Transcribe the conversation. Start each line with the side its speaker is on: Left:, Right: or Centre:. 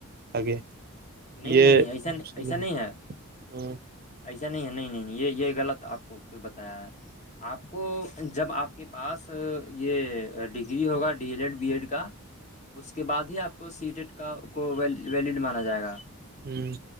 Right: آگے
Left: نہیں
Right: یہ
Left: نہیں نہیں ایسا
Right: ہاں
Left: ایسا نہیں ہے
Right: ہوں
Left: ایسا نہیں ہے نہیں نہیں یہ یہ غلط آپ کو کوئی بتایا ہے آپ کو جب آپ کے پاس یہ ڈگری ہوگا D L Ed B Ed کا اس کے بعد ہی آپ کو سیٹیٹ کا کو ویلڈ مانا جائے گا
Right: ہوں